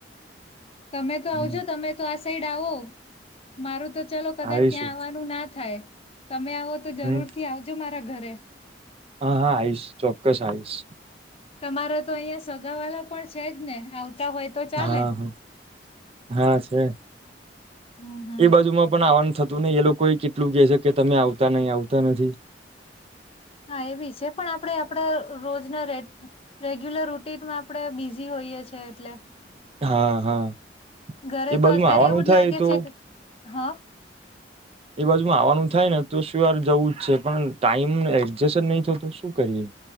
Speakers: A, on the left; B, on the right.
A: તમે તો
B: હમ
A: આવજો તમે તો આ સાઈડ આવો મારું તો ચલો કદાચ
B: આવીશું
A: ત્યાં આવવાનું ના થાય. તમે આવો તો જરૂરથી
B: હમ
A: આવજો મારા ઘરે.
B: હા હા, આઈશ ચોક્કસ આઈશ.
A: તમારો તો અહિયાં સગા વાલા પણ છેજ ને આવ હોય તો ચાલે.
B: હા હા હા છે
A: હમ હમ
B: એ બાજુમાં પણ આવવાનું થતું નય એ લોકોએ કેટલું કે છે કે તમે આવતા નય આવતા નથી. <inaudible>
A: હા, એબી છે પણ આપડે આપડા રોજના રે રેગ્યુલર રુટીનમાં આપડે બીઝી હોય. કીએ છે એટલે.
B: હા હા.
A: ઘરે
B: એ બાજુમાં
A: તો અત્યારે
B: આવવાનું
A: એવું
B: થાય
A: જ લાગે
B: તો
A: છેકે હા.
B: એ બાજુમાં આવવાનું થાયને તો સયોર જવું જ છે પણ ટાઈમ એડજસન નય થતો શું કરીએ.